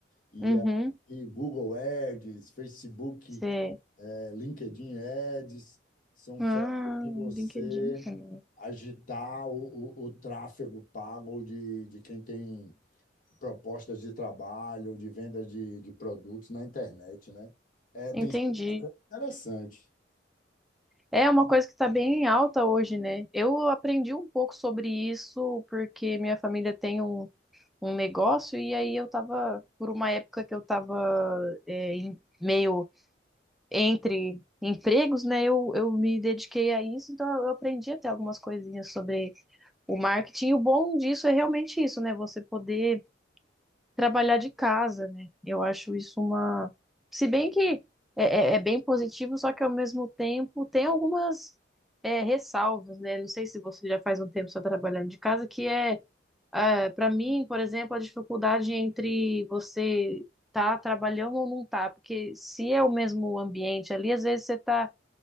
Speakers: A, on the left; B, in the centre.
A: E
B: uhum.
A: aí, Google Ads, Facebook,
B: Você.
A: eh, LinkedIn Ads, são
B: Ah,
A: formas de você
B: LinkedIn também.
A: agitar o, o, o tráfego pago de, de quem tem propostas de trabalho, de venda de, de produtos na internet, né? É, tem
B: Entendi.
A: sido interessante.
B: É uma coisa que está bem em alta hoje, né? Eu aprendi um pouco sobre isso porque minha família tem um um negócio, e aí eu tava, por uma época que eu tava é, em- meio entre empregos, né? Eu, eu me dediquei a isso, então eu aprendi até algumas coisinhas sobre o marketing. E o bom disso é realmente isso, né? Você poder trabalhar de casa, né? Eu acho isso uma. Se bem que é, é- é bem positivo, só que ao mesmo tempo tem algumas. é, ressalvas, né? Não sei se você já faz um tempo só trabalhando de casa, que é é, para mim, por exemplo, a dificuldade entre você tá trabalhando ou não tá, porque se é o mesmo ambiente ali, às vezes você tá